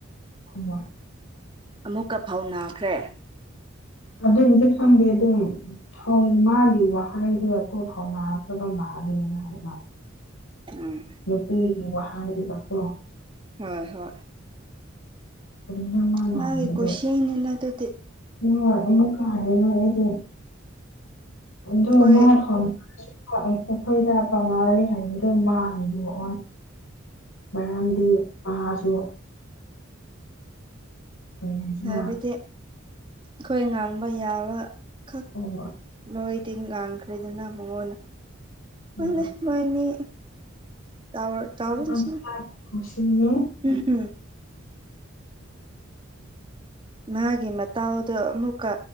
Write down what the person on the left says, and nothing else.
ꯈꯨꯝꯃꯣꯏ
ꯑꯗꯨꯕꯨꯗꯤ ꯈꯪꯗꯦ ꯑꯗꯨꯝ ꯊꯣꯡ ꯃꯥꯒꯤ ꯋꯥꯍꯩꯗꯨꯗꯀꯣ ꯐꯥꯎꯅꯈ꯭ꯔꯕ ꯃꯥꯜꯂꯦꯅ ꯍꯥꯏꯕ
ꯅꯨꯄꯤꯒꯤ ꯋꯥꯍꯩꯗꯨꯗ ꯀꯣ
ꯀꯔꯤꯅꯣ ꯃꯥꯅ
ꯍꯥꯏꯕꯗꯣ
<unintelligible> ꯑꯃꯨꯛꯀ ꯍꯥꯏꯔꯔꯣꯏ ꯑꯩꯗꯤ ꯑꯗꯣ
ꯃꯥ ꯈꯪ <unintelligible> ꯑꯩꯈꯣꯏꯗ ꯐꯥꯎꯅꯔꯤ ꯍꯥꯏꯕꯗꯣ ꯃꯥ ꯍꯥꯏꯗꯣꯛꯑꯣꯏ ꯃꯔꯝꯗꯤ ꯃꯥꯥꯖꯨ ꯀꯔꯤ ꯍꯥꯏꯁꯤꯔꯥ
ꯍꯣ ꯍꯣꯏ
ꯍꯣꯏ
ꯃꯥ ꯃꯥꯒꯤ ꯀꯨꯁꯤꯅꯦ